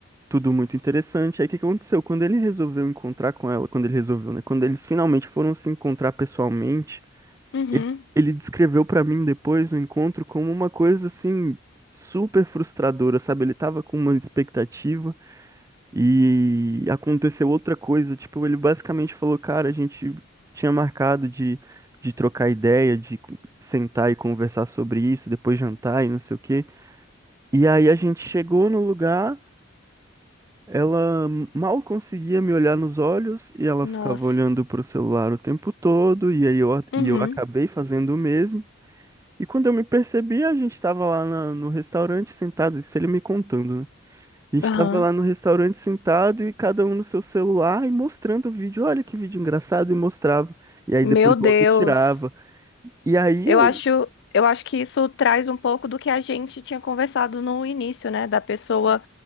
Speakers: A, on the right (about 15°); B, on the left (about 60°).
A: tudo muito interessante. Aí, o que que aconteceu? Quando ele resolveu encontrar com ela, quando ele resolveu, né? Quando eles finalmente foram se encontrar pessoalmente,
B: Uhum.
A: ele, ele descreveu pra mim depois o encontro como uma coisa assim super frustradora, sabe? Ele tava com uma expectativa e aconteceu outra coisa. Tipo, ele basicamente falou, cara, a gente tinha marcado de, de trocar ideia, de co- sentar e conversar sobre isso, depois jantar e não sei o quê. E aí a gente chegou no lugar. Ela mal conseguia me olhar nos olhos e ela
B: Nossa.
A: ficava olhando pro celular o tempo todo, e aí eu,
B: Uhum.
A: e eu acabei fazendo o mesmo. E quando eu me percebi, a gente tava lá na- no restaurante sentado, isso ele me contando, né? A gente
B: Aham.
A: tava lá no restaurante sentado e cada um no seu celular e mostrando o vídeo. Olha que vídeo engraçado, e mostrava. E aí
B: Meu
A: depois
B: Deus.
A: logo tirava. E aí
B: Eu
A: eu.
B: acho, eu acho que isso traz um pouco do que a gente tinha conversado no início, né? Da pessoa